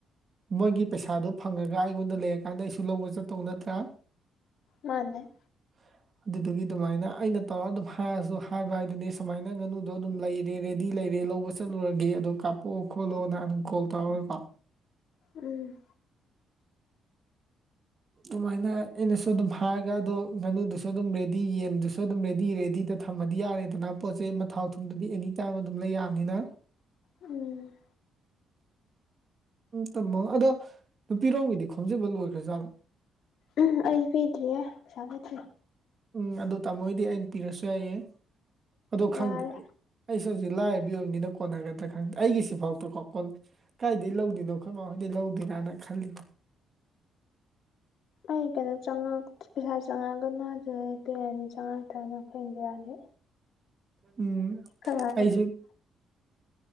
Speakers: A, on the right; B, on the left.
A: ꯃꯣꯏꯒꯤ ꯄꯩꯁꯥꯗꯨꯣ ꯐꯪꯉꯒ ꯑꯩꯉꯣꯟꯗ ꯂꯩꯔꯀꯥꯟꯗ ꯑꯩꯁꯨ ꯂꯧꯕ ꯆꯠꯇꯧ ꯅꯠꯇ꯭ꯔꯥ
B: ꯃꯥꯅꯦ
A: <unintelligible> ꯑꯗꯨꯗꯨꯒꯤ ꯑꯗꯨꯃꯥꯏꯅ ꯑꯩꯅ ꯇꯧꯔ ꯑꯗꯨꯝ ꯍꯥꯏꯔꯁꯨ ꯍꯥꯏꯕ ꯍꯥꯏꯗꯨꯅꯦ ꯁꯨꯃꯥꯏꯅ ꯉꯥꯅꯨꯗꯣ ꯑꯗꯨꯝ ꯂꯩꯔꯦ ꯔꯦꯗꯤ ꯂꯩꯔꯦ ꯂꯧꯕ ꯆꯠꯂꯨꯔꯒꯦ ꯑꯗꯣ ꯀꯥꯞꯄꯛꯑꯣ ꯈꯣꯠꯂꯣꯅ ꯑꯗꯨꯝ ꯀꯣꯜ ꯇꯧꯔꯒꯀꯣ
B: ꯎꯝ
A: ꯎꯝ ꯑꯗꯨꯃꯥꯏꯅ ꯑꯩꯅꯁꯨ ꯑꯗꯨꯝ ꯍꯥꯏꯔꯒ ꯑꯗꯣ ꯉꯥꯅꯨꯗꯨꯁꯨ ꯑꯗꯨꯝ ꯔꯦꯗꯤ ꯌꯦꯟꯗꯨꯁꯨ ꯑꯗꯨꯝ ꯔꯦꯗꯤ ꯔꯦꯗꯤꯗ ꯊꯝꯃꯗꯤ ꯌꯥꯔꯦꯗꯅ ꯄꯣꯠ ꯆꯩ ꯃꯊꯥꯎ ꯊꯨꯝꯗꯗꯤ ꯑꯦꯅꯤꯇꯥꯏꯝ ꯑꯗꯨꯝ ꯂꯩ ꯌꯥꯕꯅꯤꯅ
B: ꯎꯝ
A: ꯇꯝꯃ ꯑꯗꯣ ꯅꯨꯄꯤꯔꯣꯝꯒꯤꯗꯤ ꯈꯣꯝꯖꯕ ꯂꯣꯏꯈ꯭ꯔ ꯖꯥꯠꯂꯣ
B: ꯎꯝ ꯑꯩ ꯄꯤꯗ꯭ꯔꯤꯌꯦ ꯄꯩꯁꯥ ꯂꯩꯇ꯭ꯔꯤꯦ
A: ꯎꯝ ꯑꯗꯨꯗ ꯇꯥꯃꯣ ꯍꯗꯤ ꯑꯩꯅ ꯄꯤꯔꯁꯨ ꯌꯥꯏꯌꯦ ꯑꯗꯣ ꯈꯪꯗꯦ
B: ꯌꯥꯔꯦ
A: ꯑꯩ ꯑꯩꯁꯨ ꯍꯧꯖꯤꯛ ꯂꯥꯏꯕꯤ ꯑꯣꯏꯕꯅꯤꯅ ꯀꯣꯟꯅꯒꯗ꯭ꯔꯥ ꯈꯪꯗꯦ ꯑꯩꯒꯤꯁꯤ ꯐꯥꯎꯗꯀꯣ ꯀꯥꯏꯗꯗꯒꯤ ꯂꯧꯗꯣꯏꯅꯣ ꯑꯩꯈꯣꯏ ꯃꯥꯍꯣꯏꯗꯩ ꯂꯧꯗꯣꯏꯔꯥꯅ ꯈꯜꯂꯤꯕ
B: ꯑꯩ ꯀꯩꯅꯣ ꯆꯪꯉ ꯄꯩꯁꯥ ꯆꯪꯉꯛꯑꯒꯅ ꯑꯗꯨ ꯄꯔꯅꯤ ꯆꯪꯉꯛ ꯅꯠꯇꯅ ꯑꯩꯈꯣꯏ ꯏꯟꯗꯤꯌꯥꯁ
A: ꯎꯝ
B: ꯀꯔ
A: ꯑꯩꯁꯨ